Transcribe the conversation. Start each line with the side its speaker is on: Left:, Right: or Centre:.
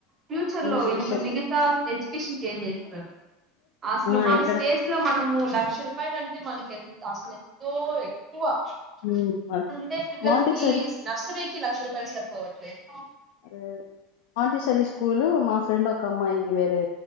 Right: ఫ్యూచర్లో
Left: ఉమ్ ఇక్కడ
Right: ఇంక మిగతా ఎడ్యుకేషన్కీ ఏం చేస్తరో అస్సలు
Left: ఆ
Right: మన
Left: ఇక్కడ
Right: స్టేజ్లో మనము లక్ష రూపాయలంటే మనకెంత అస్లెంతో ఎ కువా
Left: ఉమ్
Right: ఇప్పుడుండే పిల్లల్కీ
Left: మాంటిసరీ
Right: స్ నర్సరీకి లక్ష రూపాయలు సరిపోవట్లేదు
Left: ఎవరూ మాంటిసెరీ స్కూల్ మా ఫ్రెండ్ ఒక అమ్మాయి వేరే